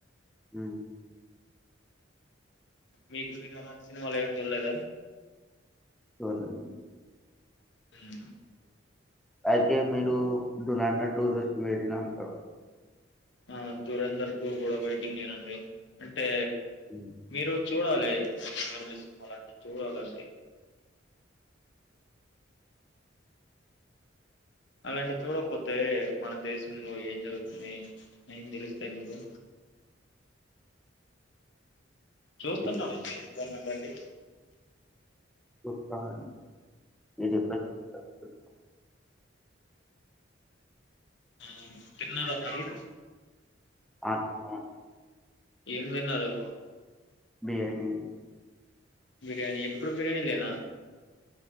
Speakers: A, in the centre; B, on the left (about 65°).
A: హు
B: మీకు మీరు అలాంటి సినిమాలు ఏమి చూడలేదా
A: చూడలేదు
B: హు
A: అయితే మీరు దూరందర్ టు కోసం వైటింగ్ అంటారు
B: ఆ దూరందర్కు టు కూడా వెయిటింగేనండి అంటే
A: హ్మ్.
B: మీరు చూడాలే సినిమాలంటివి చూడాలా అలాంటియి చూడపోతే మన దేశంలో ఏం జరుగుతున్నాయి ఏం తెలుస్తాయి మీకు చూస్తుంటాం
A: చూస్తాం.
B: <unintelligible> బట్టి
A: భుపాన్ ఇది <unintelligible>
B: ఆ తిన్నార మరి
A: అ తిన్న మండి
B: ఏం తిన్నారు
A: బిర్యానీ అండి
B: బిర్యానీ ఎప్పుడు బిర్యానీ లేనా